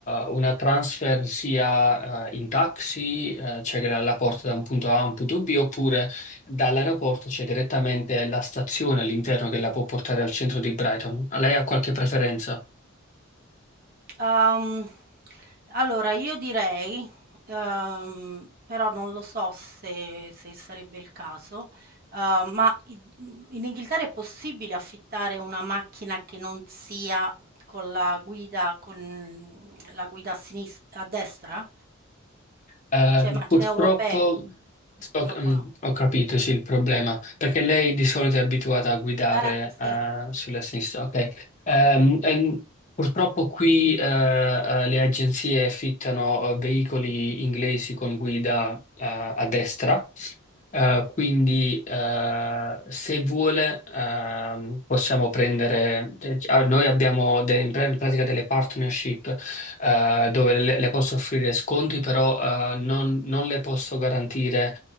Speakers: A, on the left; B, on the right.
A: una transfer sia eh, in taxi, eh, cioè che la, la porta da un punto A a un punto B, oppure Dall'aeroporto c'è direttamente la stazione all'interno che la può portare al centro di Brighton. Lei ha qualche preferenza?
B: Uhm, allora io direi, uhm, però non lo so se se sarebbe il caso, uhm, ma in mhmm, in Inghilterra è possibile affittare una macchina che non sia con la guida con, mhmm, la guida a sinis a destra?
A: Eh,
B: Cioè macchine
A: purtroppo
B: europee?
A: ho,
B: Purtroppo
A: mm,
B: no.
A: ho capito, sì, il problema, perché lei di solito è abituata a guidare
B: Eh, sì,
A: eh, sulla sinistra, ok. Ehm, ehm, purtroppo qui eh, eh, le agenzie affittano eh, veicoli inglesi con guida eh, a destra Eh, quindi, eh, se vuole, ehm, possiamo prendere. cioè, ah, noi abbiamo de- in pra- in pratica delle partnership, eh, dove le, le posso offrire sconti, però, eh, non, non le posso garantire,